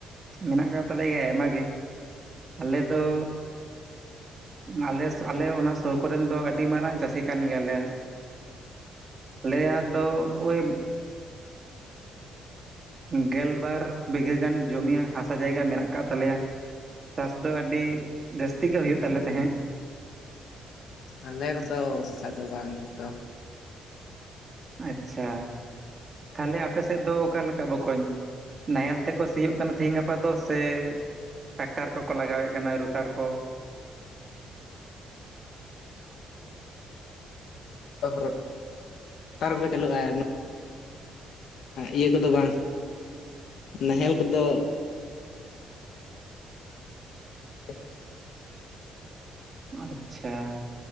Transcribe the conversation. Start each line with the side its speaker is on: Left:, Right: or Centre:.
Right: ᱢᱮᱱᱟᱜ ᱟᱠᱟᱫ ᱛᱟᱞᱮ ᱜᱮᱭᱟ ᱟᱭᱢᱟ ᱜᱮ, ᱟᱞᱮᱫ ᱫᱚ ᱟᱞᱮ ᱟᱞᱮ ᱚᱱᱟ ᱥᱩᱨ ᱠᱚᱨᱮᱱ ᱫᱚ ᱟᱹᱰᱤ ᱢᱟᱨᱟᱝ ᱪᱟᱹᱥᱤ ᱠᱟᱱ ᱜᱮᱭᱟᱞᱮ᱾ ᱟᱞᱮᱭᱟᱜ ᱫᱚ ᱳᱭ ᱜᱮᱞᱵᱟᱨ ᱵᱤᱜᱷᱟᱹ ᱜᱟᱱ ᱡᱚᱢᱤ ᱦᱟᱥᱟ ᱡᱟᱭᱜᱟ ᱢᱮᱱᱟᱜ ᱟᱠᱟᱫ ᱛᱟᱞᱮᱭᱟ᱾ ᱪᱟᱥ ᱫᱚ ᱟᱹᱰᱤ ᱡᱟᱹᱥᱛᱤ ᱜᱮ ᱦᱩᱭᱩᱜ ᱛᱟᱞᱮ ᱛᱟᱦᱮᱸᱫ᱾
Left: ᱟᱞᱮ ᱠᱚᱫᱚ ᱚᱱᱠᱟ ᱫᱚ ᱵᱟᱝ ᱛᱚ᱾
Right: ᱟᱪᱪᱷᱟ, ᱛᱟᱦᱚᱞᱮ ᱟᱯᱮ ᱥᱮᱫ ᱫᱚ ᱚᱠᱟᱞᱮᱠᱟ ᱵᱚᱠᱚᱧ? ᱱᱟᱦᱮᱞ ᱛᱮᱠᱚ ᱥᱤᱭᱳᱜ ᱠᱟᱱᱟ ᱛᱤᱦᱤᱧ ᱜᱟᱯᱟ ᱫᱚ ᱥᱮ ᱴᱟᱠᱴᱟᱨ ᱠᱚᱠᱚ ᱞᱟᱜᱟᱣᱮᱫ ᱠᱟᱱᱟ ᱨᱩᱴᱟᱨ ᱠᱚ?
Left: <unintelligible> ᱪᱟᱹᱞᱩᱜᱼᱟ ᱱᱚᱣᱟ ᱤᱭᱟᱹ ᱠᱚᱫᱚ ᱵᱟᱝ ᱱᱟᱦᱮᱞ ᱠᱚᱫᱚ <unintelligible>
Right: ᱟᱪᱪᱷᱟ,